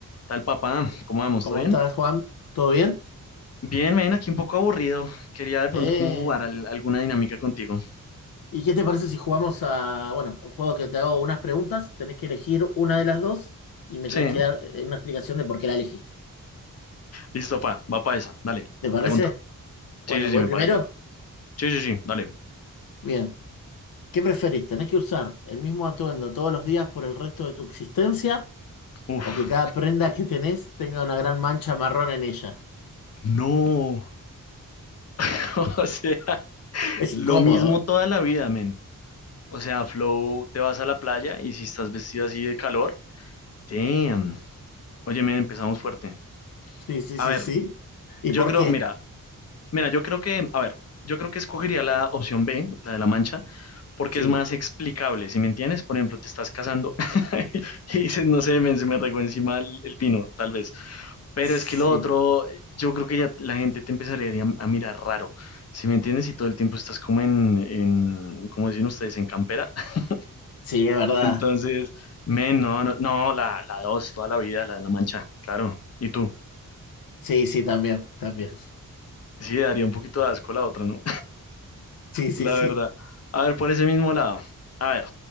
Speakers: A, on the left (about 45°); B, on the left (about 80°).
A: Tal papá, ¿cómo vamos?
B: ¿Cómo
A: ¿Todo bien?
B: estás, Juan? ¿Todo bien?
A: Bien, men, aquí un poco aburrido. Quería de
B: Eh,
A: pronto cómo jugar al- alguna dinámica contigo.
B: ¿y qué te parece si jugamos a, bueno, un juego que te hago unas preguntas, tenés que elegir una de las dos y me
A: Sí.
B: tenés que
A: ¿no?
B: dar eh, una explicación de por qué la elegiste.
A: Listo, pa, va pa esa. Dale,
B: ¿Te parece?
A: pregunta.
B: Bueno,
A: Sí, sí,
B: voy
A: sí, me
B: primero.
A: parece. Sí, sí, sí, dale.
B: Bien. ¿Qué preferís? ¿Tenés que usar el mismo atuendo todos los días por el resto de tu existencia
A: Uf,
B: o que cada prenda que tenés tenga una gran mancha marrón en ella?
A: no. <laughs> O sea,
B: Es
A: lo
B: incómodo.
A: mismo toda la vida, men. O sea, Flow, te vas a la playa y si estás vestido así de calor, damn. Oye, men, empezamos fuerte.
B: Sí, sí,
A: A
B: sí,
A: ver,
B: sí. ¿Y
A: yo
B: por
A: creo,
B: qué?
A: mira, Mira, yo creo que, a ver, yo creo que escogería la opción B, la de la mancha, porque
B: Sí,
A: es más explicable, ¿si me entiendes? Por ejemplo, te estás casando <laughs> y dices, no sé, men, se me regó encima el, el pino, tal vez. Pero
B: sí.
A: es que lo otro, yo creo que ya la gente te empezaría a, a mirar raro, ¿si me entiendes? Y todo el tiempo estás como en, en, ¿cómo dicen ustedes? En campera. <laughs>
B: Sí, es verdad.
A: Entonces, men, no, no, no, la, la dos, toda la vida, la de la mancha, claro. ¿Y tú?
B: Sí, sí, también, también.
A: Sí, daría un poquito de asco la otra, ¿no?
B: Sí, sí,
A: la
B: sí.
A: verdad. A ver, por ese mismo lado. A ver,